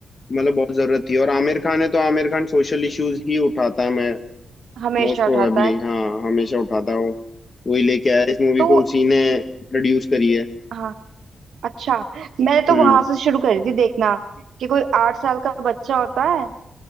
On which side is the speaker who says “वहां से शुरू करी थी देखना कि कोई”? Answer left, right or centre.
Right